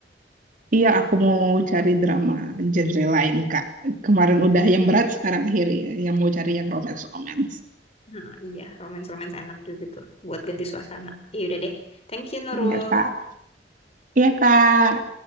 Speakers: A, on the right; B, on the left.
A: Iya, aku mau cari drama genre lain Kak. Kemarin udah yang berat, sekarang akhirnya yang mau cari yang romance-romance.
B: Nah, iya, romance-romance enak juga tuh buat ganti suasana. Iya udah deh. Thank you, Nurul.
A: Iya Kak. Iya, Kak.